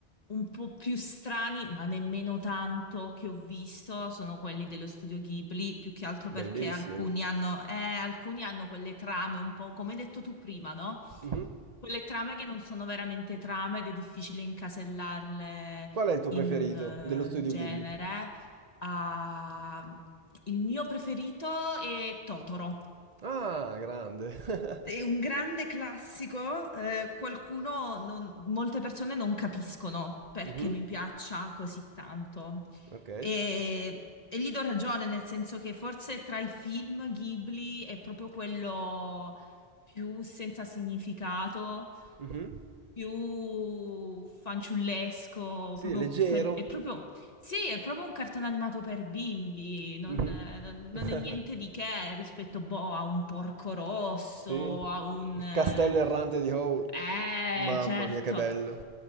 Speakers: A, on the left; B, on the right.
A: un po' più strani, ma nemmeno tanto che ho visto, sono quelli dello studio Ghibli, più che altro
B: Bellissimo.
A: perché alcuni hanno, eh, alcuni hanno quelle trame un po', come hai detto tu prima, no?
B: Mhm.
A: Quelle trame che non sono veramente trame ed è difficile incasellarle
B: Qual è il tuo
A: in
B: preferito
A: un eh,
B: dello studio
A: genere.
B: Ghibli?
A: Ah, il mio preferito è Totoro.
B: Ah, grande.
A: È un grande
B: <laughs>
A: classico, eh, qualcuno, non- molte persone non capiscono perché
B: Mhm,
A: mi piaccia così tanto.
B: Ok.
A: E, e gli do ragione, nel senso che forse tra i film Ghibli è proprio quello più senza significato,
B: Mhm.
A: più fanciullesco,
B: Sì,
A: proprio
B: leggero.
A: per- è proprio sì, è proprio un cartone animato per bimbi, non,
B: Mhm.
A: eh, non
B: <laughs>
A: è niente di che rispetto, boh, a un Porco Rosso,
B: Sì.
A: a un...
B: Il
A: Eh,
B: castello errante di Howl.
A: eh,
B: Mamma
A: certo.
B: mia, che bello.